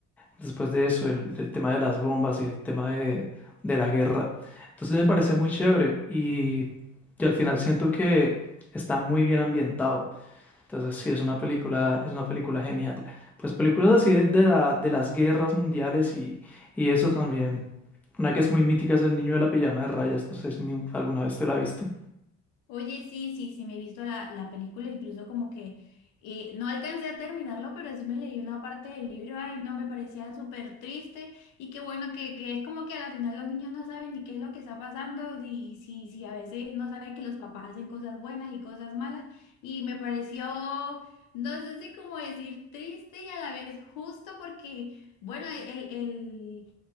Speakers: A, in the centre; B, on the left.
A: después de eso, el, el tema de las bombas y el tema de, de la guerra. Entonces me parece muy chévere y, y al final siento que está muy bien ambientado. Entonces sí, es una película, es una película genial. Pues películas así de, de la- de las guerras mundiales y, y eso también. Una que es muy mítica es El niño de la pijama de rayas. No sé si ni- alguna vez te la viste.
B: Oye, sí, sí, sí, me he visto la, la película, incluso como que eh, no alcancé a terminarlo, pero sí me leí una parte del libro, ay, no, me parecía súper triste y qué bueno que, que es como que al final los niños no saben ni qué es lo que está pasando y sí, sí, a veces no saben que los papás hacen cosas buenas y cosas malas y me pareció, no sé si como decir triste y a la vez justo porque, bueno, el, el,